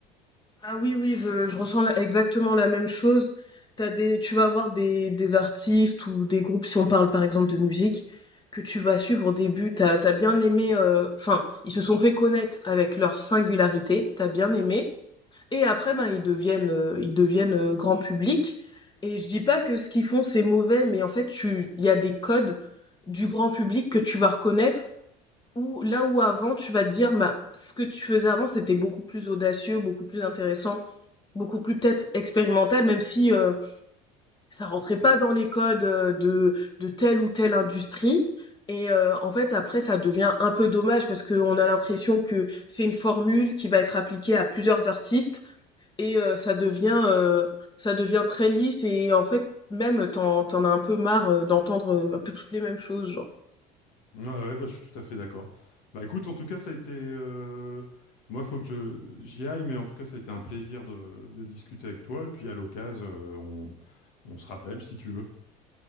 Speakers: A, on the left; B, on the left.
A: Ah oui, oui, je, je ressens la- exactement la même chose. T'as des, tu vas avoir des, des artistes ou des groupes, si on parle par exemple de musique, que tu vas suivre au début, t'as, t'as bien aimé, euh, enfin, ils se sont fait connaître avec leur singularité, t'as bien aimé, et après, ben, ils deviennent, euh, ils deviennent euh, grand public. Et je dis pas que ce qu'ils font c'est mauvais, mais en fait, tu, il y a des codes du grand public que tu vas reconnaître ou là où avant tu vas te dire, bah, ce que tu faisais avant, c'était beaucoup plus audacieux, beaucoup plus intéressant, beaucoup plus peut-être expérimental, même si euh, ça rentrait pas dans les codes euh, de, de telle ou telle industrie. Et euh, en fait, après, ça devient un peu dommage parce qu'on a l'impression que c'est une formule qui va être appliquée à plusieurs artistes et euh, ça devient euh, ça devient très lisse et en fait, même t'en t'en as un peu marre euh, d'entendre euh, un peu toutes les mêmes choses, genre.
B: Ouais, ouais, bah, je suis tout à fait d'accord. Bah écoute, en tout cas, ça a été. euh, Moi, faut que je j'y aille, mais en tout cas, ça a été un plaisir de, de discuter avec toi. Et puis à l'occasion, euh, on... on se rappelle si tu veux.